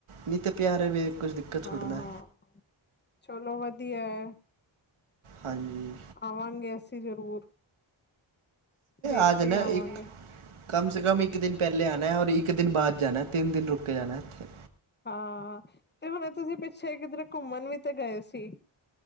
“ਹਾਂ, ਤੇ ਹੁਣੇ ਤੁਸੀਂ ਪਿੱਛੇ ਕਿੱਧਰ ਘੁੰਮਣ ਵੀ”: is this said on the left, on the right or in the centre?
Left